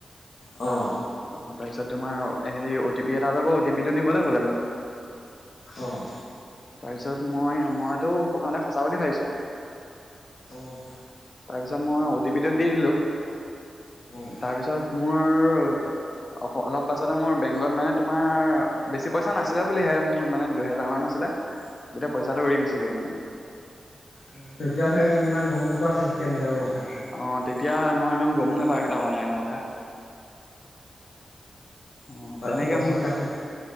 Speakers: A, on the left; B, on the left.
A: অ'।
B: অ', তাৰপিছত তোমাৰ হেৰি অ' টি পি এটা যাব, অ' টি পি টো দিবলৈ ক'লে মোক।
A: অ',
B: তাৰপিছত মই, মইতো প্ৰথমতে সঁচা বুলি ভাবিছোঁ।
A: অ'।
B: তাৰপিছত মই অ'টি পিটো দি দিলো,
A: অ',
B: তাৰপিছত মোৰ অ'। অক, অলপ পাছতে মোৰ বেংকত মানে তোমাৰ, বেছি পইচা নাছিলে বুলিহে, মোৰ মানে দুহেজাৰ মান আছিলে। গোটেই পইচাটো উৰি গুচি গ'ল মানে।
A: উম, তেতিয়া চাগে তুমি ইমান গম নোপোৱা সেই স্কেম বিলাকৰ কথা।
B: অ', তেতিয়া মই ইমান গমো নাপায়ও অনলাইনৰ কথা। অ',
A: তাৰপিছত
B: তেনেকে
A: পইচাটো
B: মোৰ,
A: কাটি